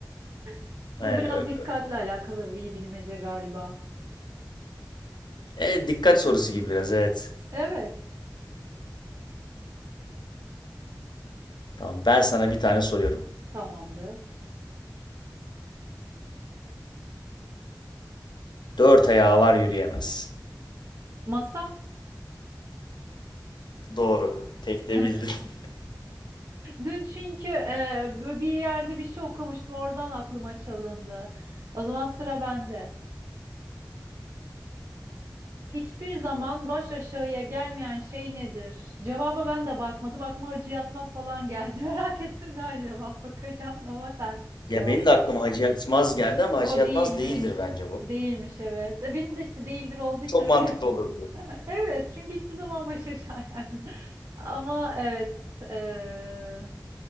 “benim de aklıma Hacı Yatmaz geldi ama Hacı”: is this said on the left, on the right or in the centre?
Left